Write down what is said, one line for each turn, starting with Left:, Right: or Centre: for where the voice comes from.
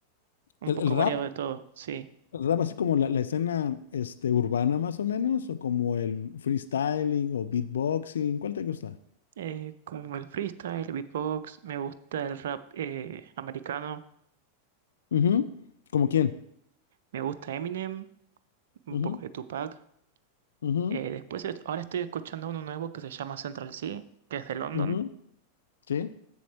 Right: un
Left: ¿El,
Right: poco
Left: el rap?
Right: variado de todo, sí.
Left: ¿El rap así como la, la escena este, urbana más o menos? ¿O como el freestyling o beatboxing? ¿Cuál te gusta?
Right: eh, como el freestyle, el beatbox, me gusta el rap eh, americano,
Left: Ujú, ¿Como quién?
Right: me gusta Eminem, un
Left: Ujú,
Right: poco de Tupac.
Left: ujú,
Right: Eh, después, est- ahora estoy escuchando uno nuevo que se llama Central C, que es de London,
Left: ujú, Sí,